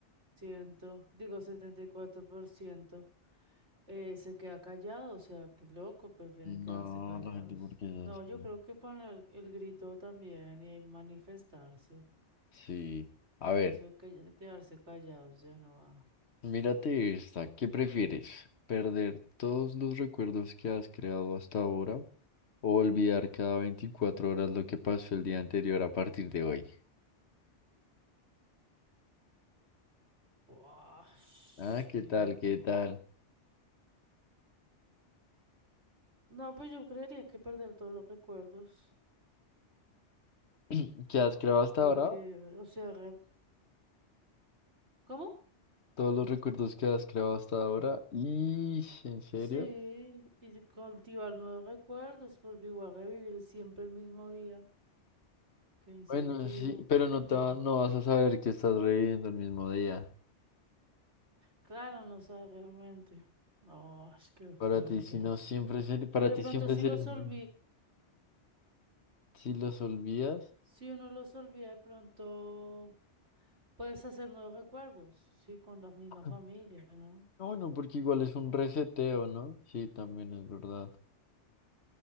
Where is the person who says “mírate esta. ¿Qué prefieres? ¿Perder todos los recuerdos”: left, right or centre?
Left